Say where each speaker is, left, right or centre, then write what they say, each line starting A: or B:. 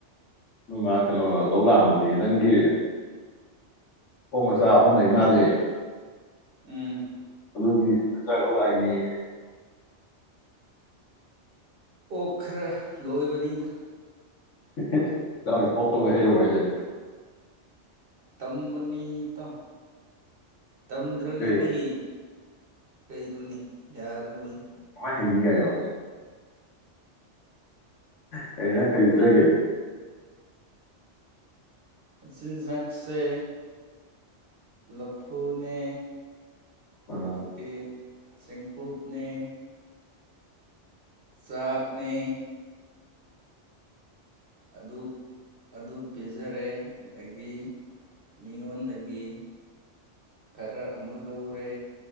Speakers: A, on the left; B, on the right.
A: ꯅꯣꯢꯃꯥ ꯀꯩꯅꯣ ꯂꯧ ꯂꯥꯛꯑꯝꯕꯅꯤ ꯅꯪꯒꯤ ꯑꯣꯛ ꯃꯆꯥ ꯑꯍꯨꯝ ꯂꯩ ꯃꯥꯂꯦ
B: ꯎꯝ
A: ꯗꯨꯒꯤ ꯃꯆꯥꯛ ꯂꯧ ꯂꯥꯛꯏꯅꯦꯌꯦ
B: ꯑꯣ ꯈꯔ ꯂꯣꯏꯕꯅꯤꯗ
A: ꯍꯍ ꯏꯇꯥꯎꯖꯦ ꯑꯣꯀꯂꯣꯏ ꯍꯩꯔꯕꯣ ꯍꯥꯏꯖꯦ
B: ꯇꯝꯕꯅꯤ ꯇꯥꯎ ꯇꯝꯗ꯭ꯔꯒꯗꯤ
A: ꯀꯩ
B: ꯀꯩꯗꯨꯅꯤ ꯌꯥꯔꯨꯔꯣꯢꯅꯦ
A: ꯍꯩꯏꯅꯤ ꯌꯥꯌꯣ ꯀꯩꯅ ꯀꯔꯤ ꯄꯤꯖꯒꯦ
B: ꯆꯤꯟꯖꯥꯛꯁꯦ ꯂꯐꯨꯅꯦ
A: ꯑꯥ
B: ꯗꯒꯤ ꯆꯦꯡꯀꯨꯞꯅꯦ ꯆꯥꯛꯅꯦ ꯑꯗꯨ ꯑꯗꯨ ꯄꯤꯖꯔꯦ ꯑꯗꯒꯤ ꯃꯤꯉꯣꯟꯗꯒꯤ ꯈꯔ ꯑꯃ ꯂꯧꯔꯦ